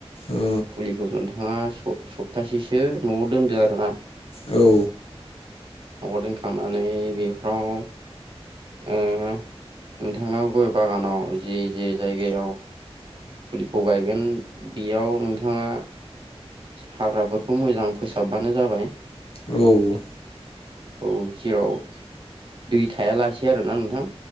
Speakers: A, on the left (about 65°); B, on the right (about 50°).
A: औ
B: फुलिखौ नोंथाङा स- सप्तासेसो न'आव दोनदो आरोना
A: औ
B: नाव दोनखांनानै बेफ्राव ओ नोंथाङा गय बागानाव जे-जे जायगायाव फुलिखौ गायगोन बेयाव नोंथाङा हाग्राफोरखौ मोजां फोसाबबानो जाबाय
A: औ
B: औ जेराव दै थायालासे आरोना नोंथां